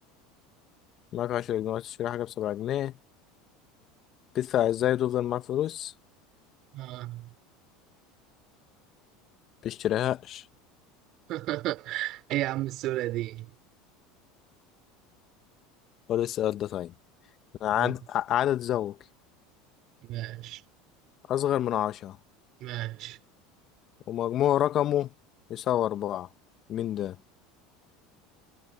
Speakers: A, on the left (about 45°); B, on the right (about 55°).
A: معاك عشرة جنيه عايز تشتري حاجة بسبعة جنيه تدفع ازاي وتفضل معاك فلوس
B: آه.
A: متشتريهاش
B: <laughs> ايه يا عم السهولة دي
A: خد السؤال ده طيب عدد
B: أوه.
A: عدد زوجي
B: ماشي
A: أصغر من عشرة
B: ماشي
A: ومجموع رقمه يساوي أربعة مين ده؟